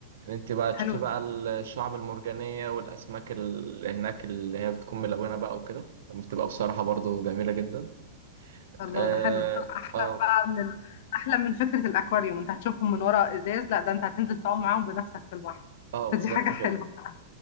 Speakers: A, on the right; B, on the left.
A: ان انت بقى تشوفي
B: حلو
A: بقى
B: ده
A: الشعب المرجانية والاسماك اللي هناك اللي هي بتكون ملونة بقى وكده فبتبقى بصراحة برضه جميلة جدا
B: الله
A: اه
B: ده حلو ده احلى
A: اه
B: بقى من ال... احلى من فكره الاكواريوم انت هتشوفهم من ورا ازاز لا ده انت هتنزل تعوم معاهم بنفسك في البحر
A: آه، بالظبط
B: فدي حاجه حلوه
A: كده
B: <laughs>